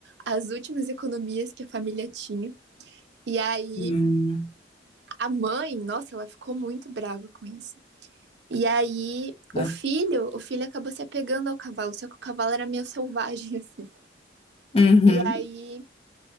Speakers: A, on the right; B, on the left.
A: as últimas economias que a família tinha. E aí
B: Hum,
A: a mãe, nossa, ela ficou muito brava com isso. E aí,
B: tá.
A: o filho, o filho acabou se apegando ao cavalo, só que o cavalo era meio selvagem, <laughs> assim.
B: Uhum,
A: E aí,